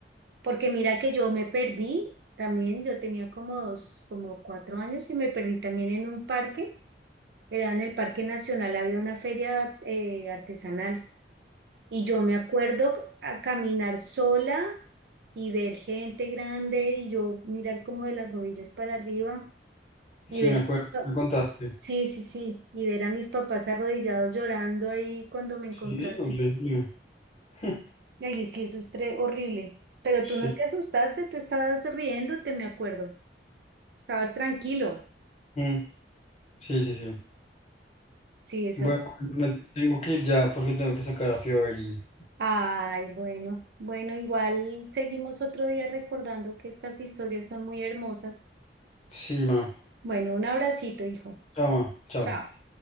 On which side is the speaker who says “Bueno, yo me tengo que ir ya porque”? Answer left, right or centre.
Left